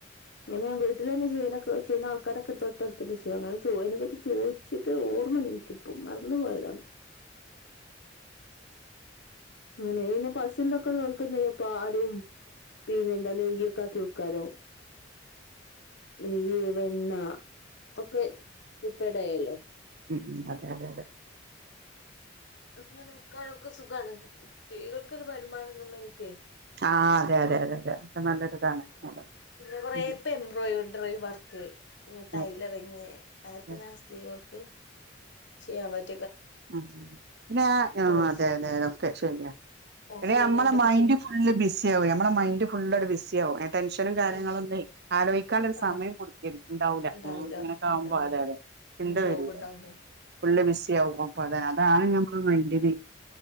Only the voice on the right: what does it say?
മ് അതെ അതെ അതെ
ആ അതെ അതെ അതെ അത് നല്ലൊരിതാണ് അതെ
ഉം
ആ,
ആ.
ആ പിന്നെ ആ ആ
അതെ അതെ അതൊക്കെ ശരിയാ
എടി ഞമ്മളെ
മൈൻഡ്
ഫുള്ള് ബിസി ആവും ഞമ്മളെ മൈൻഡ് ഫുള്ളോട് ബിസി ആവും ടെൻഷനും കാര്യങ്ങളും
ഒന്നേ ആലോചിക്കാൻ ഒരു
സമയം കൊടുക്കേ ഇണ്ടാവൂല
മ് ഇങ്ങനൊക്കെ ആകുമ്പോ
ല്ലേ അതെ ണ്ട
വരൂല
ഫുള്ള് ബിസി ആകുമോ അപ്പ അതെ അതാണ് ഞമ്മളെ മൈന്റില്